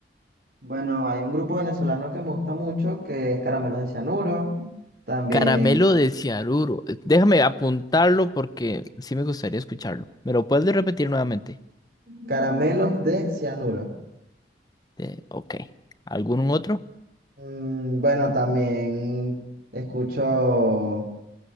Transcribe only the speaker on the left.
Caramelo de Cianuro. eh, Déjame apuntarlo porque sí me gustaría escucharlo. ¿Me lo puedes repetir nuevamente?
Eh, ok. ¿Algún otro?